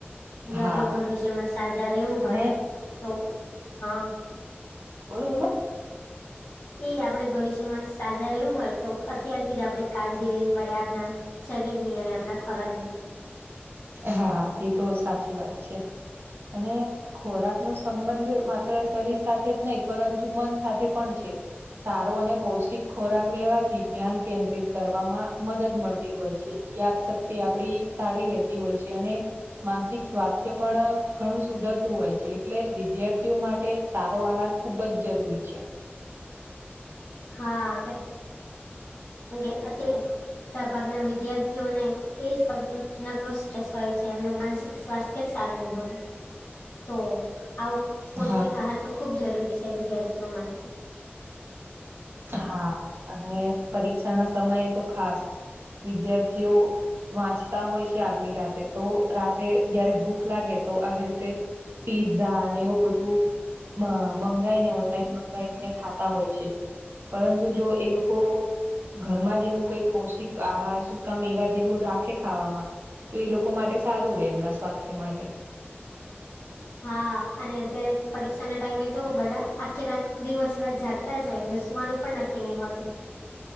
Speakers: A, on the left; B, on the right.
A: જો આપડે
B: હા
A: ભવિષ્યમાં સાજા રહેવું હોય
B: અને
A: તો હા
B: બોલો બોલો
A: એ આપડે ભવિષ્યમાં સાજા રહેવું હોય તો અત્યારથી જ આપડે કાળજી રેવી પડે આપણા શરીર નિ અને આપના ખોરાક નિ.
B: હા એ તો સાચી વાત છે અને ખોરાક નો સંબંધ માત્ર શરીર સાથે જ નહી પરંતુ મન સાથે પણ છે. સારું અને પૌષ્ટિક ખોરાક લેવાથી ધ્યાન કેન્દ્રિત કરવામાં મદદ મળતી હોય છે. યાદશક્તિ આપડી સારી રહેતી હોય છે અને માનસિક સ્વાસ્થ્ય પણ ઘણું સુધરતું હોય છે એટલે વિદ્યાર્થીઓ માટે સારો આહાર ખુબ જ જરૂરી છે.
A: હા <unintelligible> મોટા ભાગના વિદ્યાર્થીઓને એ <unintelligible> હોય છે એમનું માનિક સ્વાસ્થ્ય જ સારું નહી હોય તો આવું પૌષ્ટિક
B: હા
A: આહાર તો ખુબ જરૂરી છે વિદ્યાર્થીઓ માટે
B: હા અને પરીક્ષા ના સમયે તો ખાસ વિદ્યાર્થીઓ વાંચતા હોય છે આગલી રાતે તો રાતે જયારે ભૂખ લાગે તો આવી રીતે પીઝા અને એવું બધું મંગાવાઈને ઓનલાઈન મંગાવાઈને ખાતા હોય છે. પરંતુ જો એ લોકો ઘરમાં જેવું કઈક પૌષ્ટિક આહાર શું કામ એવા જેવું રાખે ખાવામાં તો એ લોકો માટે સારું રહેે એમના સ્વાસ્થ્ય માટે
A: <unintelligible> હા અને અત્યારે તો પરીક્ષા ના ટાઈમે તો બધા આખી રાત દિવસ રાત જાગ તા જ હોય એમનું સુવાનું પણ નક્કી નહી હો હતું.